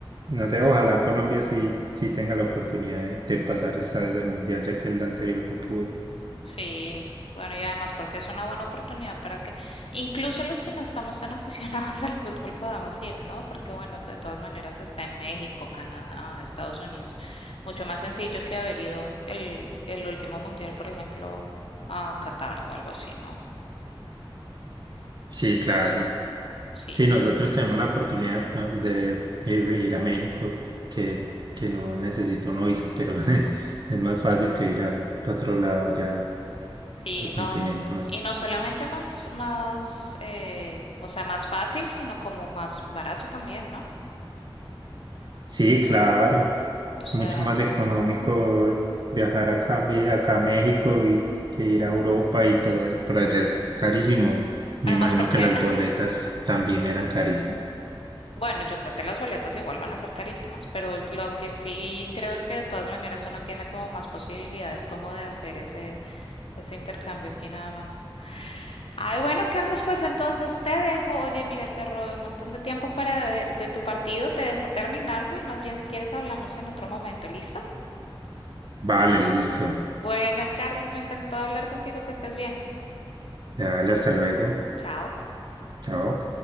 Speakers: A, on the right; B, on the left.
A: no sé, ojalá Colombia sí, sí tenga la oportunidad de, de pasar esta vez al Mundial, ya que el anterior no pudo.
B: Sí, bueno, y además porque es una buena oportunidad para que incluso los que no estamos tan aficionados <laughs> al fútbol podamos ir, ¿no? Porque bueno, de todas maneras está en México, Canadá, Estados Unidos. Mucho más sencillo que haber ido el, el último mundial, por ejemplo, a Qatar o algo así, ¿no?
A: Sí, claro.
B: Sí,
A: Sí,
B: sí.
A: nosotros tenemos la oportunidad de, de eh, ir a México, que, que no necesito una visa, pero <laughs> es más fácil que ir al otro lado ya,
B: Sí,
A: otro
B: no,
A: continente
B: n-
A: más.
B: y no solamente más, más, eh, o sea, más fácil, sino como más barato también, ¿no?
A: Sí, claro.
B: O sea,
A: mucho más económico viajar acá, a Me- acá a México y que ir a Europa y todo eso por allá es carísimo. Me
B: además
A: imagino
B: porque
A: que las boletas también eran carísimas.
B: Bueno, yo creo que las boletas igual van a ser carísimas, pero lo que sí creo es que de todas maneras uno tiene como más posibilidades como de hacer ese, ese intercambio aquí nada más. Ay, bueno, Carlos, pues entonces te dejo. Oye, mira, te robé un montón de tiempo para de, de tu partido, te dejo terminarlo y más bien si quieres hablamos en otro momento, ¿listo?
A: Vale, listo.
B: Bueno, Carlos, me encantó hablar contigo, que estés bien.
A: Dale, hasta luego.
B: Chao.
A: Chao.